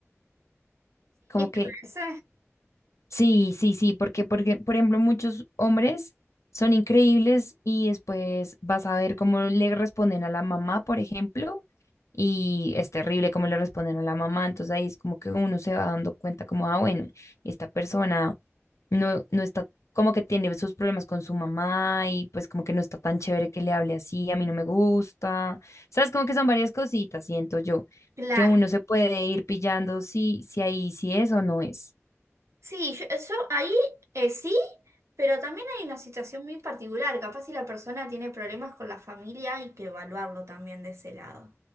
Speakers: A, on the left; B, on the right.
A: Como que
B: parece.
A: Sí, sí, sí, porque, porque, por ejemplo, muchos hombres son increíbles y después vas a ver cómo le responden a la mamá, por ejemplo, y es terrible cómo le responden a la mamá, entonces ahí es como que uno se va dando cuenta como, ah, bueno, esta persona no, no está, como que tiene sus problemas con su mamá y pues como que no está tan chévere que le hable así, a mí no me gusta, sabes, como que son varias cositas, siento yo,
B: Claro.
A: que uno se puede ir pillando si, si ahí sí es o no es.
B: Sí, yo, yo ahí eh, sí, pero también hay una situación muy particular. Capaz si la persona tiene problemas con la familia, hay que evaluarlo también de ese lado.